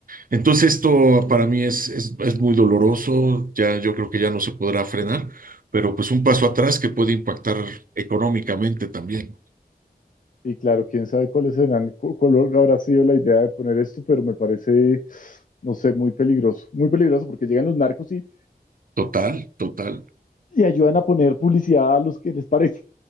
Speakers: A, on the right; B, on the left.
A: Entonces esto para mí es, es, es muy doloroso, ya yo creo que ya no se podrá frenar, pero pues un paso atrás que puede impactar económicamente también.
B: Y claro, quién sabe cuáles serán, cu- cuál habrá sido la idea de poner esto, pero me parece, no sé, muy peligroso. Muy peligroso porque llegan los narcos y,
A: Total, total.
B: y ayudan a poner publicidad a los que les parece.